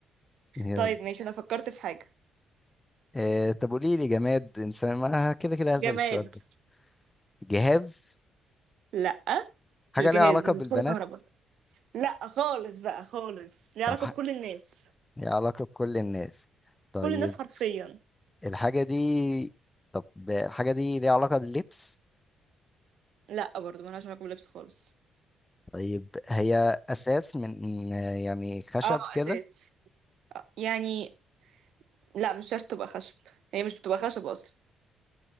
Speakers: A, on the left; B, on the right.
A: يلا
B: طيب ماشي انا فكرت في حاجه
A: إيه طب قولي لي جماد إنسان ما كده كده هسأل
B: جماد
A: السؤال ده جهاز
B: لا
A: حاجة
B: مش جهاز
A: ليها علاقة
B: مش
A: بالبنات
B: بيدخلوا كهرباء لا خالص بقى خالص ليه
A: طب
B: علاقة
A: ح-
B: بكل الناس
A: ليها علاقة بكل الناس طيب
B: كل الناس حرفيا
A: الحاجة دي طب الحاجة دي ليها علاقة باللبس
B: لا برضو ملهاش علاقة باللبس خالص
A: طيب هي أساس من يعني خشب
B: اه
A: كده
B: اساس آه، يعني لا مش شرط تبقى خشب هي مش بتبقى خشب اصلا